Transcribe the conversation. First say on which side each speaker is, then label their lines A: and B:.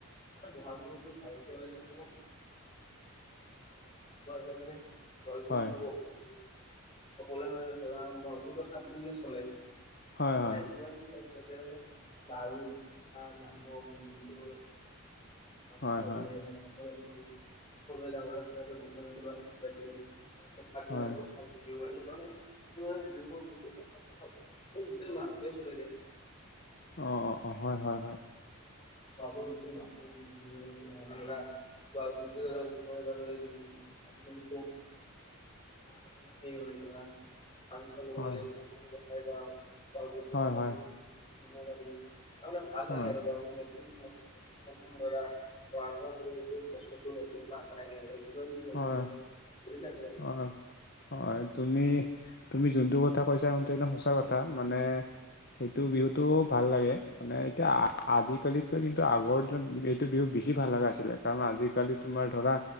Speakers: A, on the left (about 25°); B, on the left (about 45°).
A: বহাগ বিহুতো ভালকে লাগে মানে, <unintelligible> সকলোৱে মানে
B: হয়
A: ধৰা বহাগ বিহুটো সাত দিনে চলে।
B: হয়
A: মানে
B: হয়
A: যিমান যি হওক তাতে মানে লাৰু, পিঠা, <unintelligible> গামোচা
B: হয় হয়
A: দিয়ে, সৰুৱে ডাঙৰক আশীৰ্বাদ দিয়ে আৰু।
B: হয়
A: তাৰপিছত সাত দিনা <unintelligible> <inaudible>
B: অ' অ' অ', হয় হয় হয়।
A: <inaudible> <unintelligible> ডাঙৰ-ডাঙৰ সেই হয় ধৰা, ফাংচনো
B: হয়
A: মানে ফাংচনো দেখাই বাও। বহাগ বিহুটো
B: হয়
A: মানে
B: হয়
A: মই ফুৰিব-চোৰিব পাৰি, তাৰমানে ভাল
B: হয়
A: লাগে আৰু। <unintelligible> গছতো নতুন পাত আহে যিমান যি হ'লেও
B: হয়,
A: মানে ঘূৰি থাকে আৰু।
B: হয়, হয়। হয় তুমি তুমি যোনটো কথা কৈছা সেইটো একদম সঁচা কথা। মানে, সেইটো বিহুটোও ভাল লাগে। মানে, এতিয়া আজিকালিতকৈ কিন্তু আগৰ দিনত এইটো বিহু বেছি ভাল লাগা আছিলে। কাৰণ আজিকালি তোমাৰ ধৰা,